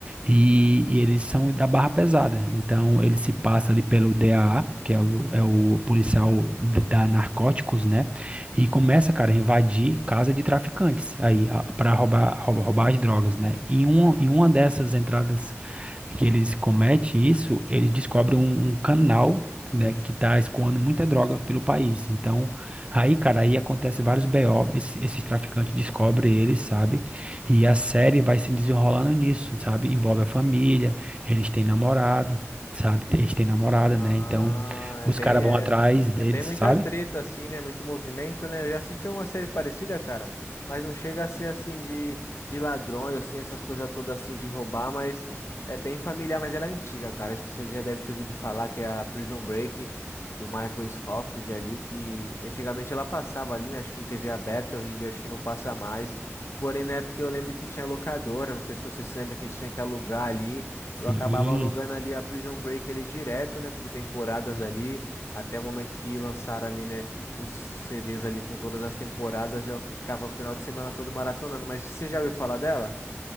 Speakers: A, on the right; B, on the left.
A: e, e eles são da barra pesada. Então, ele se passa ali pelo DAA, que é o, é o policial d- da Narcóticos, né, e começa, cara, a invadir casa de traficantes aí para roubar, roubar, roubar as drogas, né. E um, em uma dessas entradas que eles cometem isso, eles descobrem um, um canal né, que tá escoando muita droga pelo país. Então, aí, cara, aí acontece vários BO, esse- esses traficantes descobrem eles, sabe? E a série vai se desenrolando nisso, sabe? Envolve a família, eles têm namorado, sabe? Eles têm namorada,
B: Ah,
A: né? Então,
B: é
A: os
B: bem,
A: caras vão
B: é,
A: atrás deles,
B: é bem muita
A: sabe?
B: treta, assim, né? Muito movimento, né? Eu já assisti uma série parecida, cara, mas não chega a ser assim de, de ladrões, assim, essas coisas todas assim de roubar, mas é bem familiar, mas ela é antiga, cara. Acho que você já deve ter ouvido falar que é a Prison Break do Michael Scofield ali, que antigamente ela passava ali, né? Acho que em TV aberta, hoje em dia acho que não passa mais. Porém, na época eu lembro que tinha locadora, não sei se você se lembra que a gente tinha que alugar ali.
A: Sim.
B: Eu acabava alugando ali a Prison Break ali direto, né, por temporadas ali, até o momento que lançaram ali, né, os CDs ali com todas as temporadas, eu ficava o final de semana todo maratonando, mas você já ouviu falar dela?